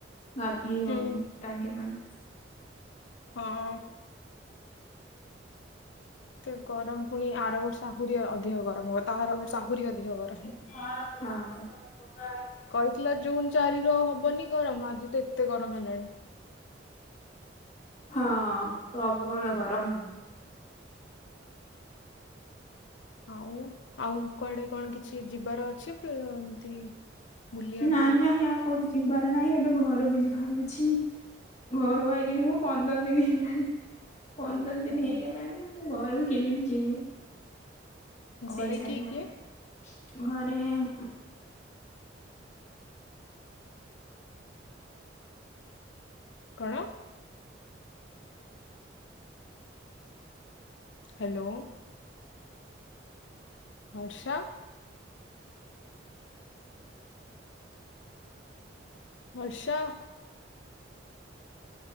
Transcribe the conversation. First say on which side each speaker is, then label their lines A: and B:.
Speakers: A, on the left; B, on the left.
A: ଗାଧେଇ ହଉନି
B: ହୁଁ
A: ଟାଙ୍କି ପାଣି।
B: ହଁ। ଏତେ ଗରମ ଫୁଣି ଆର ବର୍ଷ ଆହୁରି ଅ ଅଧିକ ଗରମ ହବ ତା ଆର ବର୍ଷ ଆହୁରି ଅଧିକ ଗରମ।
A: ହଁ।
B: କହିଥିଲା ଜୁନ୍ ଚାରିରୁ ଆଉ ହବନି ଗରମ ଆଜି ତ ଏତେ ଗରମ ହେଲାଣି।
A: ହଁ ପ୍ରବଳ ଗରମ ହଉଛି।
B: ଆଉ ଆଉ କୁଆଡେ କଣ କିଛି ଯିବାର ଅଛି ପ୍ଲ ଏମତି? ବୁଲିବାକୁ
A: ନାଇଁ ନାଇଁ ଆଉ କୋଉଠି ଯିବାର ନାହିଁ ଏବେ ଘରୁକୁ ଯିବାର ଅଛି ଘରୁ ଆଇଲିଣି ମୁଁ ପନ୍ଦର ଦିନି ହେଲାଣି ପନ୍ଦର ଦିନି
B: ହୁଁ
A: ହେଇଗଲାଣି। ମୁଁ ଘରୁକୁ କେମିତି ଯିବି
B: ଘରେ
A: ସେଇ ଟାଇମରେ।
B: କିଏ କିଏ?
A: ଘରେ ଉଁ
B: କଣ? ହ୍ୟାଲୋ। ହର୍ଷା। ବର୍ଷା।